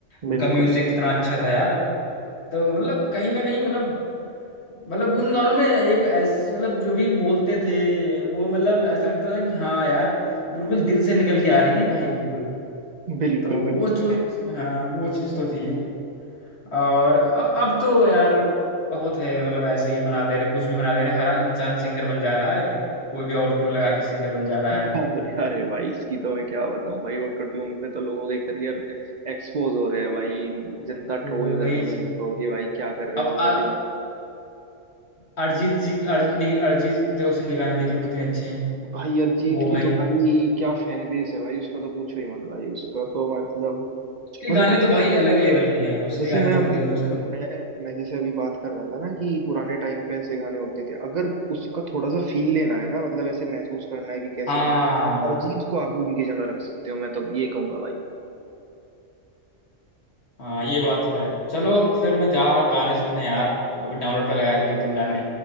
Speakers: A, on the right; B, on the left.
A: बिल्कुल
B: उनका म्यूजिक कितना अच्छा था यार तो मतलब कहीं ना कहीं मतलब मतलब उन गानों में एक ऐसे मतलब जो भी बोलते थे वो मतलब ऐसा लगता था कि हाँ यार बिल्कुल दिल से निकल के आ रही भाई बिल्कुल
A: बिल्कुल
B: तो वो
A: बिल्कुल
B: चीज हाँ वो चीज तो थी और अ- अब तो यार बहुत है मतलब ऐसे ही बना दे रहे कुछ भी बना दे रहे हर इंसान सिंगर बन जा रहा है कोई भी ऑटो ट्यून लगा के सिंगर बन जा रहा
A: अरे
B: है
A: अरे भाई इसकी तो मैं क्या बताऊं भाई ऑटो ट्यून पे तो लोगों के करियर एक्सपोज हो रहे हैं भाई जनता
B: तो
A: ट्रोल
B: वही
A: कर रही
B: चीज
A: है मुझको कि भाई क्या कर रहे
B: अब
A: हो ऑटो
B: आ,
A: ट्यून
B: अरिजीत जी की- अर्ज, निखिल अरिजीत देव सिंह के गाने देख लो कितने अच्छे हैं
A: भाई अरिजीत
B: वो भाई
A: की तो भाई क्या फैन बेस है भाई उसका तो पूछो ही मत भाई उसका तो मतलब
B: उसके
A: मतलब
B: गाने तो भाई अलग लेवल के हैं उसके
A: जैसे
B: गाने
A: मैं
B: तो
A: अभी
B: अलग लेवल
A: मैं मैं जैसे अभी बात कर रहा था ना कि पुराने टाइम पे ऐसे गाने होते थे अगर उसका थोड़ा सा फील लेना है ना मतलब ऐसे महसूस करना है कि कैसे
B: हाँ
A: थे तो अरिजीत को आप उनकी जगह रख सकते हो मैं तो ये कहूंगा भाई
B: हाँ ये बात तो है चलो फिर मैं जा रहा हूँ गाने सुनने यार अभी डाउनलोड पे लगाए थे दो तीन गाने